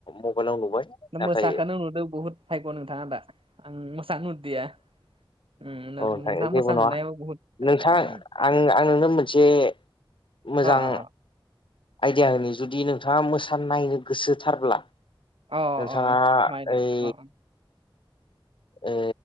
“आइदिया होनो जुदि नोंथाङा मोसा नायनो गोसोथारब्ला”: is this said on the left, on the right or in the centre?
Left